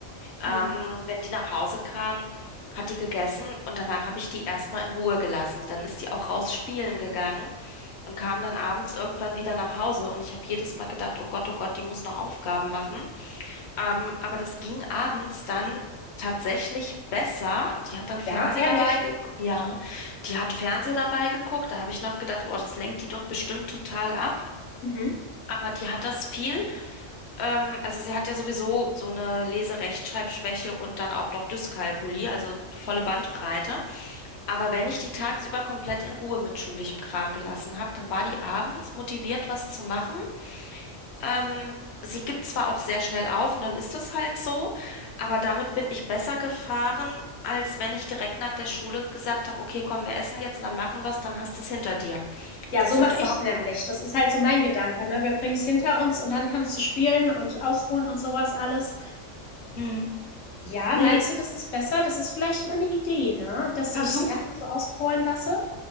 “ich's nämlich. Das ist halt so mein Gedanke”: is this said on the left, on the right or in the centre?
Left